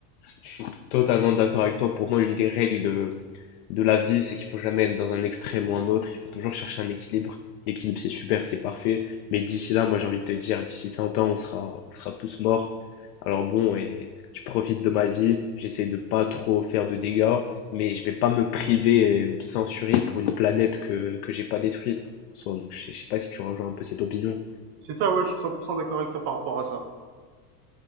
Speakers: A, on the left; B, on the right.
A: Je suis totalement d'accord avec toi. Pour moi, une des règles de, de la vie, c'est qu'il faut jamais être dans un extrême ou un autre. Il faut toujours chercher un équilibre. L'équilibre, c'est super, c'est parfait. Mais d'ici là, moi, j'ai envie de te dire, d'ici 100 ans, on sera, on sera tous morts. Alors bon, et je profite de ma vie. J'essaie de pas trop faire de dégâts. Mais je vais pas me priver et me censurer pour une planète que, que j'ai pas détruite. en soi. donc je sais pas si tu rejoins un peu cette opinion.
B: C'est ça, ouais, je suis 100% d'accord avec toi par rapport à ça.